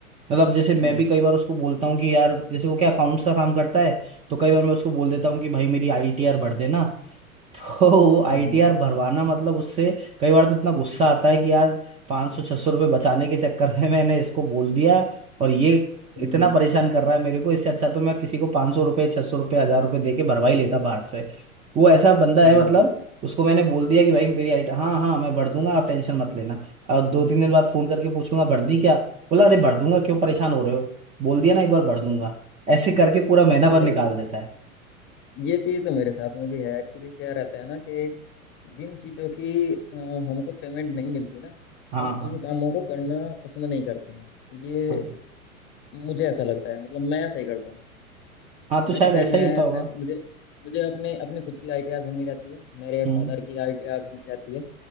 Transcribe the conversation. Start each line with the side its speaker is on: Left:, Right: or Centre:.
Right: मतलब जैसे मैं
Left: हम्म
Right: भी कई बार उसको बोलता हूँ कि यार जैसे वो क्या अकाउंट्स का काम करता है तो कई बार मैं उसको बोल देता
Left: हम्म
Right: हूँ कि भाई मेरी आईटीआर भर देना <laughs> तो वो
Left: हम्म
Right: आईटीआर
Left: हम्म।
Right: भरवाना मतलब उससे कई बार तो इतना गुस्सा आता है कि यार 500 सौ छह सौ रुपये बचाने के चक्कर में मैंने इसको बोल दिया और ये
Left: हम्म
Right: इतना
Left: हम्म
Right: परेशान कर रहा है मेरे को इससे अच्छा तो मैं किसी को पाँच सौ रुपये छह सौ रुपये हजार रुपये दे के भरवा ही लेता बाहर से वो ऐसा बंदा
Left: हम्म।
Right: है मतलब
Left: हम्म।
Right: उसको मैंने बोल दिया कि भाई मेरी आइट हाँ हाँ मैं भर दूंगा आप टेंशन मत लेना और दो तीन दिन बाद फोन करके पूछूंगा भर दी क्या बोला अरे भर दूंगा क्यों परेशान हो रहे हो बोल दिया ना एक बार भर दूंगा ऐसे करके पूरा महीना
Left: अच्छा
Right: भर निकाल देता है
Left: ये चीज तो मेरे साथ में भी है एक्चुअली क्या रहता है ना कि जिन चीजों की अ, हमको पेमेंट नहीं मिलती ना
Right: हाँ
Left: हम उन
Right: हाँ
Left: कामों को करना पसंद नहीं करते हैं ये
Right: हाँ
Left: मुझे ऐसा लगता है मतलब मैं ऐसा ही करता हूँ
Right: हाँ तो शायद
Left: मेरे फ्रेंड
Right: ऐसा
Left: हैं
Right: ही होता होगा
Left: मैं मुझे मुझे अपने अपने खुद की आईटीआर भरनी रहती है मेरे
Right: हम्म
Left: फादर की आईटीआर भरनी रहती है